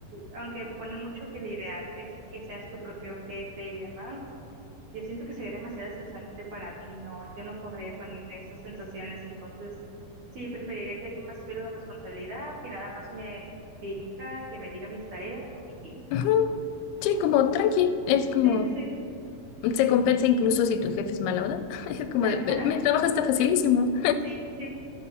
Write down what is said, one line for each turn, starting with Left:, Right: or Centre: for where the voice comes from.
Right: aunque ponen mucho que el ideal es que seas tu propio jefe y demás, yo siento que sería demasiado estresante para mí, no, yo no podría con esas sensaciones, entonces sí, preferiría que alguien más tuviera la responsabilidad, que nada más me dirija, que me diga mis tareas y fin.
Left: Ujú. Sí, como tranqui, es como
Right: Sí, sí, sí.
Left: Se compensa incluso si tu jefe es mala onda. <laughs> Es como
Right: <laughs>
Left: de, "Pero mi trabajo está facilísimo.
Right: Sí, sí, sí.